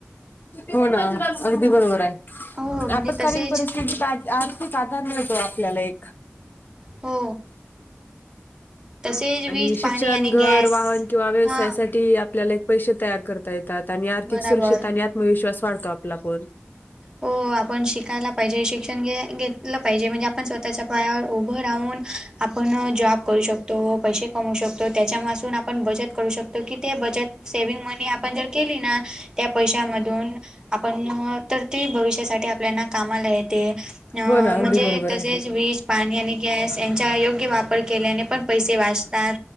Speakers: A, on the left (about 50°); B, on the right (about 15°).
A: हो ना अगदी बरोबर हाय.
B: हो म्हणजे
A: आपत्कालीन
B: तसेच
A: परिस्थितीत आर्थिक आधार मिळतो आपल्याला एक.
B: हो. तसेच
A: आणि
B: वीज पाणी
A: शिक्षण,
B: आणि
A: घर,
B: गॅस
A: वाहन किंवा व्यवसायासाठी
B: हां
A: आपल्याला एक पैसे तयार करता येतात आणि आर्थिक
B: बराबर
A: सुरक्षितता आणि आत्मविश्वास वाढतो आपला पण
B: हो. आपण शिकायला पाहिजे. शिक्षण घ्या घेतलं पाहिजे म्हणजे, आपण स्वतःच्या पायावर उभं राहून आपण जॉब करू शकतो. पैसे कमवु शकतो. त्याच्या मासून आपण बचत करू शकतो ते बचत सेविंग मनी आप जर केली ना त्या पैशा मधून आपण अ--तर ते भविष्यासाठी आपल्याना कामाला येते अ.. म्हणजे
A: हो ना अगदी बरोबर
B: तसेच
A: आहे.
B: वीज पाणी आणि गॅस यांचा योग्य वापर केल्याने पण पैसे वाचतात.